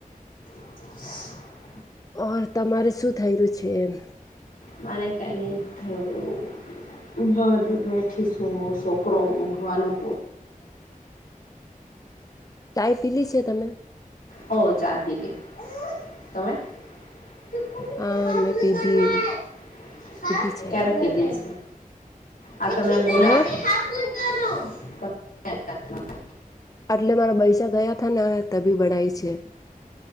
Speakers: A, on the left (about 80°); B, on the left (about 25°).
A: <inaudible>
B: ઓર તમારે શું થઈ રહ્યું છે, એમ.
A: મારે કંઈને થોડું બદ બેઠી સુુંમું શોકરોગવાનું કો
B: ચાય પીલી છે, તમે
A: હો ચાર પીધી તમે? <unintelligible>
B: હા મેં પીધી પીધી છે
A: ક્યારે પીધી છે, આ તમનેમ બોલા
B: હા
A: <unintelligible>
B: આટલે મારા પૈસા ગયા હતા ને ત બી ભણાય છે.